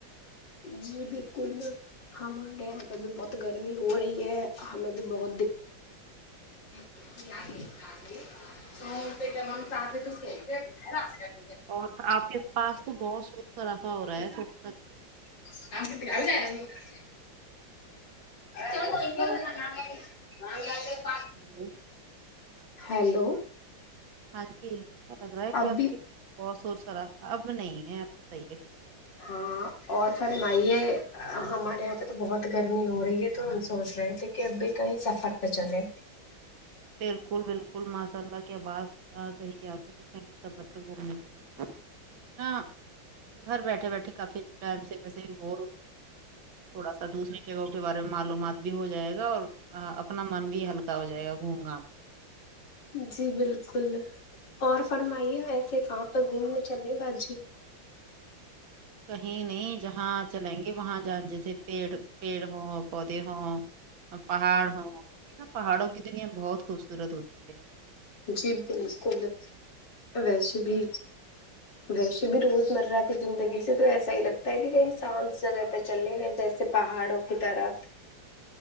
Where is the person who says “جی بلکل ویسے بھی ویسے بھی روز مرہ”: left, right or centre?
Left